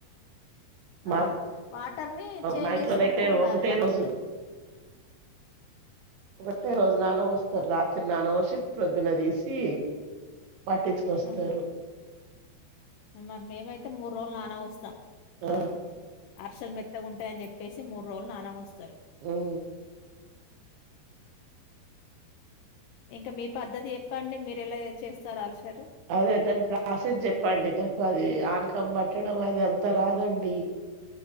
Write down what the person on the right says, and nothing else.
మా
మా ఇంట్లోనైతే
ఒకటే
రోజు ఒకటి రోజు నానబోస్తారు రాత్రి నానబొసి ప్రొద్దున తీసి. పట్టిచ్చుకొస్తారు.
ఆ.
ఉమ్.
అదే దాన్ని ప్రాసస్ చెప్పండి నాకు అది ఆనకం బట్. పెట్టడం అది అంత రాదండి.